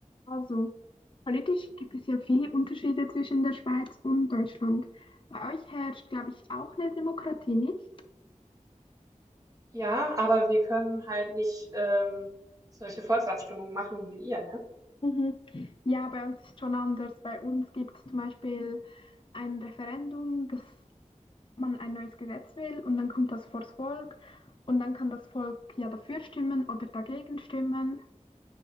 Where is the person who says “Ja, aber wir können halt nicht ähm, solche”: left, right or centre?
Right